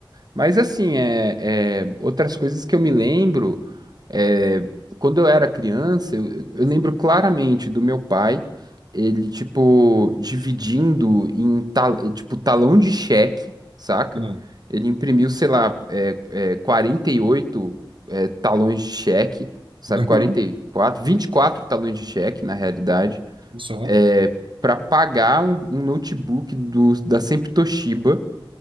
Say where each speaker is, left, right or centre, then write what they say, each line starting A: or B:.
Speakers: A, on the right; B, on the right.
A: Mas assim, é, é, outras coisas que eu me lembro, é, quando eu era criança, eu, eu lembro claramente do meu pai, ele, tipo, dividindo em, tal, é, tipo, talão de cheque, saca?
B: Aham.
A: Ele imprimiu, sei lá, é, é, 48 é, talões de cheque, sabe?
B: Aham.
A: quarenta e quatro vinte e quatro talões de cheque, na realidade,
B: Só.
A: é, para pagar um, um notebook do, da Sempre Toshiba